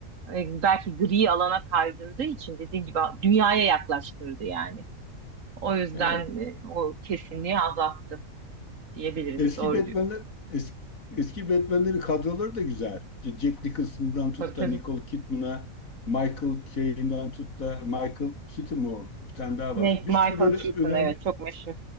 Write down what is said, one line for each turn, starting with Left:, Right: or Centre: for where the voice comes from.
Right: e, belki gri alana kaydırdığı için dediğin gibi dünyaya yaklaştırdı yani. O yüzden
Left: Evet.
Right: e, o kesinliği azalttı diyebiliriz.
Left: Eski
Right: Doğru
Left: Batman'ler
Right: diyor.
Left: eski, eski Batman'lerin kadroları da güzel. İşte Jack Nicholson'dan tut
Right: Tabii tabii.
Left: da Nicole Kidman'a, Michael Caine'dan tut da Michael Keaton o? Bir tane daha
Right: Ne,
Left: var. Bir
Right: Michael
Left: sürü böyle
Right: Keaton
Left: önemli
Right: evet çok meşhur.